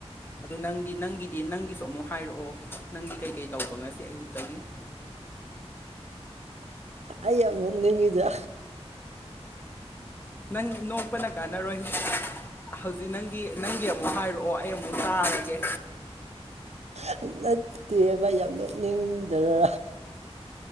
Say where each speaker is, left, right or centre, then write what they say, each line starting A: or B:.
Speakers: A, on the left; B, on the right.
A: ꯑꯗꯨ ꯅꯪꯗꯤ ꯅꯪꯒꯤꯗꯤ ꯅꯪꯒꯤꯁꯨ ꯑꯃꯨꯛ ꯍꯥꯏꯔꯛꯑꯣ ꯅꯪꯗꯤ ꯀꯩꯀꯩ ꯇꯧꯕ ꯉꯁꯤ ꯑꯌꯨꯛꯇꯒꯤ
B: ꯑꯩ ꯌꯥꯝ ꯅꯣꯛꯅꯤꯡꯉꯤꯗ
A: ꯅꯪ ꯅꯣꯛꯄꯅ ꯀꯥꯟꯅꯔꯣꯏ ꯍꯧꯖꯤꯛ ꯅꯪꯒꯤ ꯅꯪꯒꯤ ꯑꯃꯨꯛ ꯍꯥꯏꯔꯛꯑꯣ ꯑꯩ ꯑꯃꯨꯛ ꯇꯥꯔꯒꯦ
B: ꯐꯅ ꯇꯦꯕ ꯌꯥꯝ ꯅꯣꯛꯅꯤꯡꯗꯔ